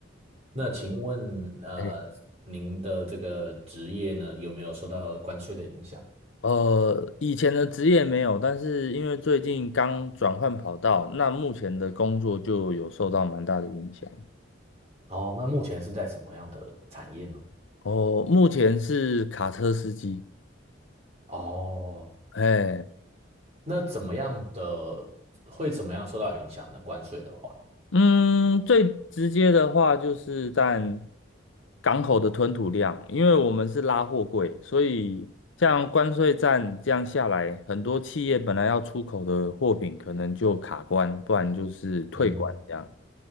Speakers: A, on the right (about 30°); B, on the left (about 70°).
A: 那请问，呃，
B: 哎，
A: 您的这个职业呢，有没有受到关税的影响？
B: 呃，以前的职业没有，但是因为最近刚转换跑道，那目前的工作就有受到蛮大的影响。
A: 哦，那目前是在什么样的产业呢？
B: 哦，目前是卡车司机。
A: 哦，
B: 哎，
A: 那怎么样的，会怎么样受到影响呢？关税的话，
B: 嗯，最直接的话就是占港口的吞吐量，因为我们是拉货柜，所以像关税战这样下来，很多企业本来要出口的货品可能就卡关，不然就是退关这样。
A: 嗯，